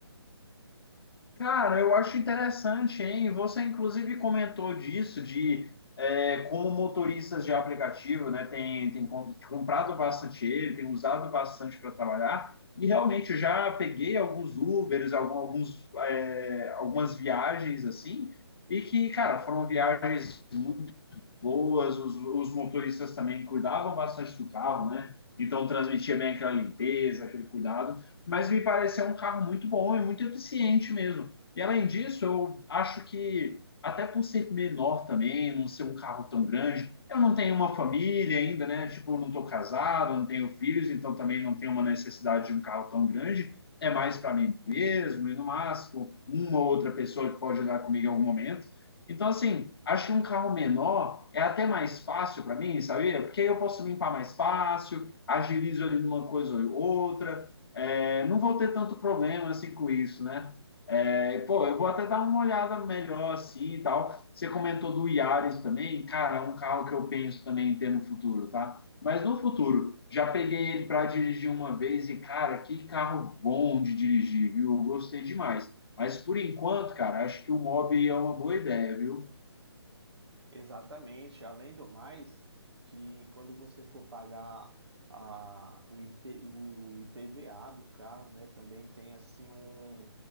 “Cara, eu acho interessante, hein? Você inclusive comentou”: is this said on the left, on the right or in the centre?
Left